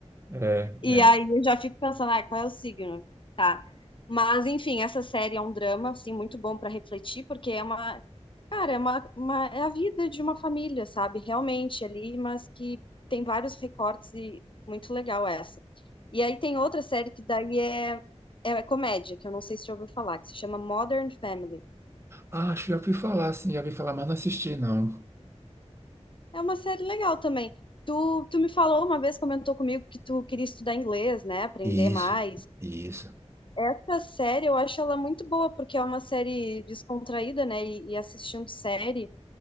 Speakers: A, on the right (about 20°); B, on the left (about 45°).
A: É,
B: E
A: é.
B: aí eu já fico pensando, ah, qual é o signo? Tá. Mas, enfim, essa série é um drama, assim, muito bom para refletir, porque é uma, cara, é uma, uma, é a vida de uma família, sabe? Realmente ali, mas que tem vários recortes e muito legal essa. E aí tem outra série que daí é, é, é comédia, que eu não sei se você já ouviu falar, que se chama Modern Family.
A: Ah, Acho que já ouvi falar, sim, já ouvi falar, mas não assisti, não.
B: É uma série legal também. Tu, tu me falou uma vez, comentou comigo que tu queria estudar inglês, né? Aprender
A: Isso,
B: mais.
A: isso,
B: Essa série eu acho ela muito boa, porque é uma série descontraída, né? E, e assistindo série